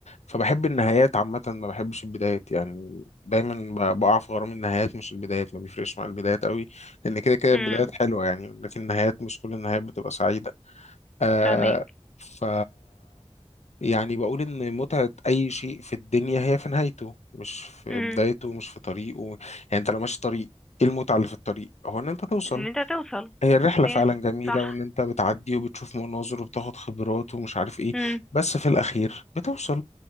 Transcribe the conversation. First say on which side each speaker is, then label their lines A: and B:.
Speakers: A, on the left (about 85°); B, in the centre.
A: فبحب النهايات عامه ما بحبش البدايات يعني دايما ب- بقع في غرام النهايات مش البدايات ما بيفرقش مع البدايات قوي لان كده كده
B: امم
A: البدايات حلوه يعني لكن النهايات مش كل النهايات بتبقى سعيده آه
B: فاهمك
A: ف يعني بقول إن متعة أي شيء في الدنيا هي في نهايته مش في
B: امم
A: بدايته مش في طريقه يعني أنت لو ماشي طريق إيه المتعة اللي في الطريق؟ هو إن أنت توصل
B: ان انت توصل
A: هي الرحلة
B: يس
A: فعلا جميلة
B: صح
A: وإن أنت بتعدي وبتشوف مناظر وبتاخد خبرات ومش عارف إيه
B: امم
A: بس في الأخير بتوصل